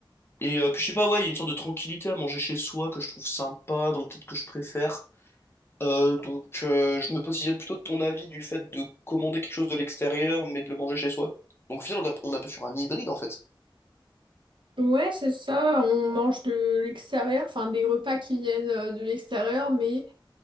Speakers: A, on the left (about 25°); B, on the right (about 65°).
A: Et euh, puis je sais pas, ouais, il y a une sorte de tranquillité à manger chez soi que je trouve sympa, donc peut-être que je préfère. Euh, donc, euh, je me positionne plutôt de ton avis du fait de commander quelque chose de l'extérieur, mais de le manger chez soi. Donc, au final, on est un on est un peu sur un hybride, en fait.
B: Ouais, c'est ça. On mange de l'extérieur, enfin des repas qui viennent euh, de l'extérieur, mais